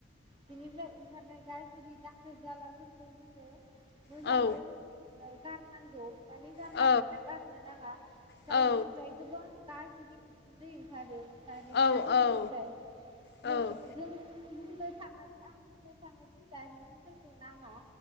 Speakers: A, on the right; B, on the left.
A: बिनिफ्राय ओंखारनाय गाज्रि दाखोर दालाफोरखौ जोङो। मोजाङै
B: औ
A: ओ गारनांगौ माने जानला
B: औ
A: मेनला गारनो नाङा जायनिफ्राय
B: औ
A: गोबां गाज्रि उखुन्दै ओंखारो। दारिमिनफोरनिफ्राय
B: औ औ
A: जोङो
B: औ
A: बुंनो थाङा दि आं बुंनो थाङा दि दारिमिनफोरखौ नाङा।